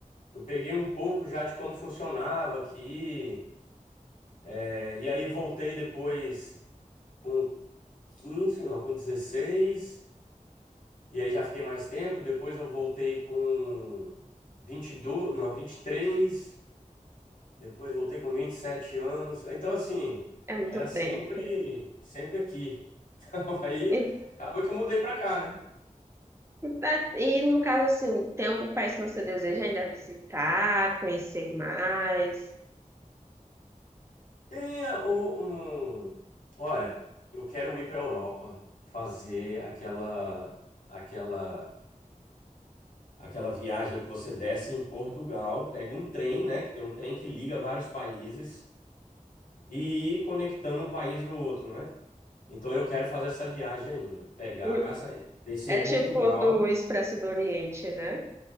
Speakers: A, on the left (about 80°); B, on the right (about 20°).
A: Eu peguei um pouco já de como funcionava aqui. É, e aí voltei depois com 15 não, com dezesseis E aí já fiquei mais tempo. Depois eu voltei com 22 não, vinte e três Depois voltei com 27 anos. Então, assim,
B: é muito
A: era
B: tempo.
A: sempre, sempre aqui. <laughs> Então, aí,
B: E,
A: acabou que eu mudei pra cá, né?
B: tá- e, no caso, assim, tem algum país que você deseja ainda visitar, conhecer mais?
A: Tem a- o- um, Olha, eu quero ir pra Europa fazer aquela, aquela, aquela viagem que você desce em Portugal, pega um trem, né? Que tem um trem que liga vários países e ir conectando um país no outro, né? Então, eu quero fazer essa viagem ainda. Pegar,
B: Hum,
A: essa- descer
B: É
A: em Portugal.
B: tipo do Expresso do Oriente, né?